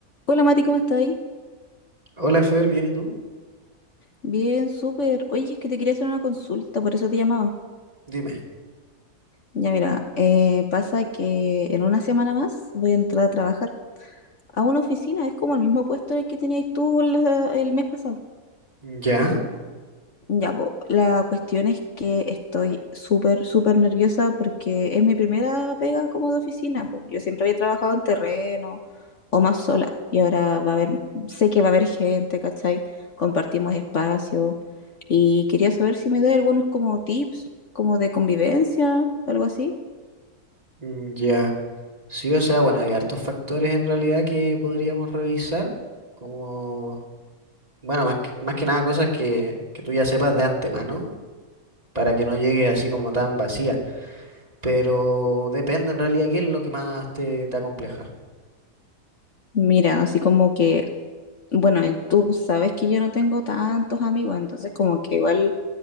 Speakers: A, on the left (about 55°); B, on the right (about 25°).
A: Hola Mati, ¿cómo estás? ahí?
B: Hola Fer, ¿bien y tú?
A: Bien, súper. Oye, es que te quería hacer una consulta, por eso te llamaba.
B: Dime.
A: Ya mira, eh, pasa que en una semana más voy a entrar a trabajar a una oficina, es como el mismo puesto en el que tenías tú la- el mes pasado.
B: ¿Ya?
A: Ya, po, la cuestión es que estoy súper, súper nerviosa porque es mi primera pega como de oficina, po. Yo siempre había trabajado en terreno o más sola y ahora va a haber, sé que va a haber gente, ¿cachai? Compartimos espacio y quería saber si me da algunos como tips, como de convivencia, algo así.
B: Mm, Ya. Sí, o sea, bueno, hay hartos factores en realidad que podríamos revisar, como, bueno, más que, más que nada cosas que, que tú ya sepas de antemano, para que no llegue así como tan vacía. Pero depende en realidad qué es lo que más te, te acompleja.
A: Mira, así como que, bueno, tú sabes que yo no tengo tantos amigos, entonces como que igual